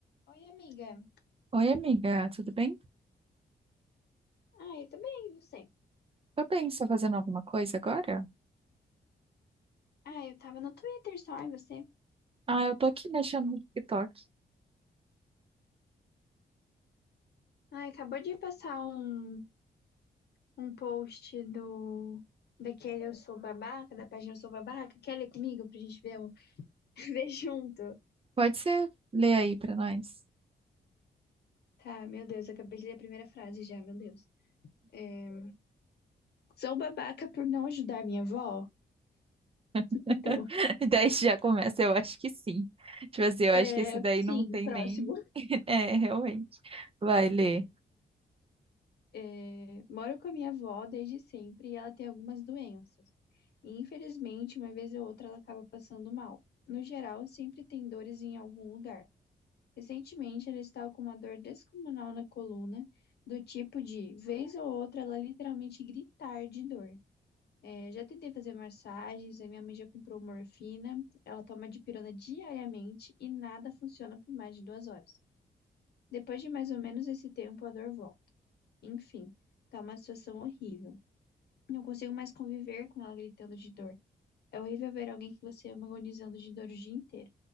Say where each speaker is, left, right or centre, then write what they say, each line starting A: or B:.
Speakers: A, on the left; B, on the right.
A: Oi, amiga.
B: Oi, amiga, tudo bem?
A: Ah, eu também, e você?
B: Tá bem, você tá fazendo alguma coisa agora?
A: Ah, eu tava no Twitter só, e você?
B: Ah, eu tô aqui mexendo no TikTok.
A: Ah, acabou de passar um, um post do daquele Eu Sou Babaca, da página Eu Sou Babaca. Quer ler comigo pra gente ver, um- <laughs> ver junto?
B: Pode ser ler aí pra nós?
A: Tá, meu Deus, eu acabei de ler a primeira frase já, meu Deus. É, Sou babaca por não ajudar minha avó?
B: <laughs>
A: Então,
B: Daí já começa, eu acho que sim. Tipo assim, eu
A: é,
B: acho que esse daí
A: sim,
B: não tem
A: próximo.
B: nem. <laughs> É, realmente. Vai ler.
A: É, moro com a minha avó desde sempre e ela tem algumas doenças. E infelizmente, uma vez ou outra, ela acaba passando mal. No geral, sempre tem dores em algum lugar. Recentemente, ela estava com uma dor descomunal na coluna, do tipo de, vez ou outra, ela literalmente gritar de dor. É, já tentei fazer massagens, a minha mãe já comprou morfina, ela toma dipirona diariamente e nada funciona por mais de duas horas. Depois de mais ou menos esse tempo, a dor volta. Enfim, tá uma situação horrível. Não consigo mais conviver com ela gritando de dor. É horrível ver alguém que você ama agonizando de dor o dia inteiro.